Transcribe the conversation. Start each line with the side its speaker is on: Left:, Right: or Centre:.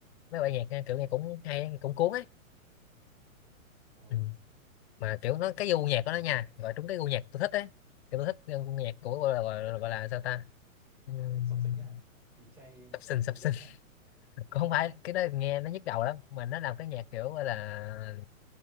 Left: mấy bài nhạc kiểu nghe cũng hay cũng cuốn ấy
Centre: ờ
Left: ừ. mà kiểu nó cái gu nhạc
Centre: của
Left: của nó nha gọi trúng cái gu nhạc tôi thích ấy kiểu tôi thích cái gu nhạc của gọi là, gọi là, gọi là sao ta Ừm,
Centre: sập sình á hả Đi DJ
Left: sập sình
Centre: nhạc
Left: sập
Centre: rực rực
Left: sình <laughs>
Centre: á hả
Left: cũng không phải cái đó nghe nó nhức đầu lắm mà nó làm cái nhạc kiểu gọi là